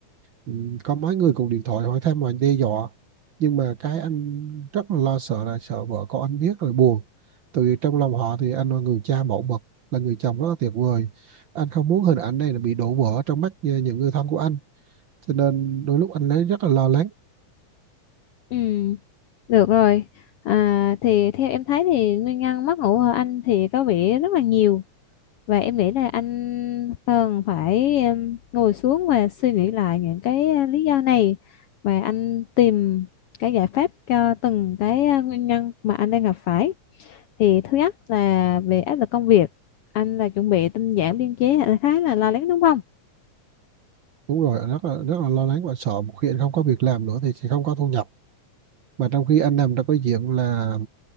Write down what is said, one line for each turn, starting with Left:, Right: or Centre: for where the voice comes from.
Right: ừ, có mấy người cùng điện thoại hỏi thăm và đe dọa nhưng mà cái anh rất là lo sợ là sợ vợ con anh biết rồi buồn tại vì trong lòng họ thì anh là người cha mẫu mực là người chồng rất là tuyệt vời anh không muốn hình ảnh này là bị đổ vỡ trong mắt như những người thân của anh cho nên đôi lúc anh lấy rất là lo lắng
Left: ừ được rồi à, thì theo em thấy thì nguyên nhân mất ngủ ở anh thì có vẻ rất là nhiều Và em nghĩ là anh cần phải em, ngồi xuống và suy nghĩ lại những cái à, lý do này và anh tìm cái giải pháp cho từng cái à, nguyên nhân mà anh đang gặp phải. Thì thứ nhất là về áp lực công việc, anh là chuẩn bị tinh giản biên chế à, khá là lo lắng đúng không?
Right: đúng rồi anh rất là rất là lo lắng và sợ một khi anh không có việc làm nữa thì sẽ không có thu nhập mà trong khi anh làm trong cái diện là